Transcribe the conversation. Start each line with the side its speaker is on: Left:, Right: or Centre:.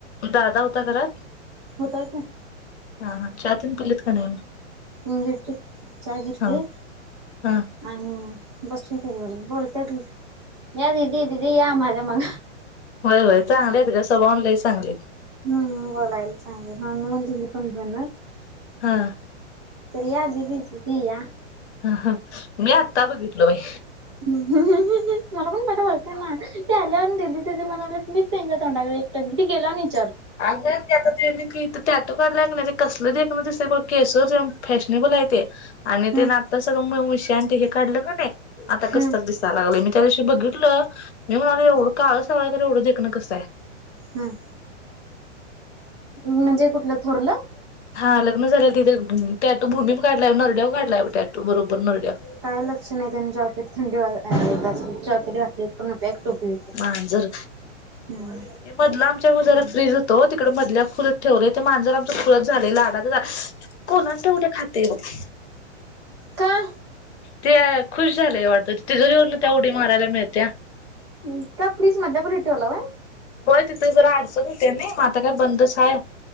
Left: दादा हुता घरात?
Right: होता काय
Left: हा हा चा तेन पिलीत का नाही?
Right: हं, घेतलीत चहा घेतलीत.
Left: हा हा
Right: आणि बसली खरी ब बोलत्यात या दीदी, दीदी या माझ्या मग
Left: व्हय, व्हय चांगले आहेत गं, स्वभावान लय चांगलेत.
Right: हम् बोलायला चांगली, मम्मी म्हणली ही पण भणचं
Left: हां.
Right: या दीदी, दीदी या
Left: ह ह, मी आत्ता बघितल बाई
Right: मला पण पाहिला वळखणा, ती आल्या आणि दीदी दीदी म्हणालेत मी तेंच्या तोंडाकडे एकटक किती गेला नाहीस
Left: आग ते आता तेनी कि इथं ट्याटू काडलाय कणी कसल देखणं दिसतय बघ केस तेन फॅशनेबल आहे ते आणि
Right: हम्म
Left: ते नातं सगळं म उषा आणि ते हे काढलं कणी. आता कसतर
Right: हम्म
Left: दिसाय लागलय, मी त्या दिवशी बघितलं मी म्हणालो एवढं काळ सावळ हाय खरं एवढं देखण कसं हाय.
Right: हम्म म्हणजे कुठलं थोरलं?
Left: हा लग्न झालेल तिथे, टॅटू भूमी काढलाय नरड्यावर काढलाय टॅटू बरोबर नरड्यावर
Right: काय लक्ष नाही त्यांच्यावरती थंडी वाजाय <inaudible> जॉकेट घातलेय पूर्ण. पॅक टोपी बिपी
Left: मांजर
Right: हम्म
Left: मधलं आमच्यामुळे जरा
Right: हम्म
Left: फ्रीज उ तो तिकडं मधल्या खोलीत ठेवलय ते मांजर आमचं खुळच झालेय लाडात कोलांट्या उड्या खातंय बग.
Right: का
Left: तेय खुश झालय वाटतं तिजोरीवरन त्या उडी मारायला मिळतीया.
Right: त्या फ्रिज मधल्या खोलीत ठेवला व्हय.
Left: होय तिथे जरा आडचण होत्याय नाही म आता काय बंदच हाय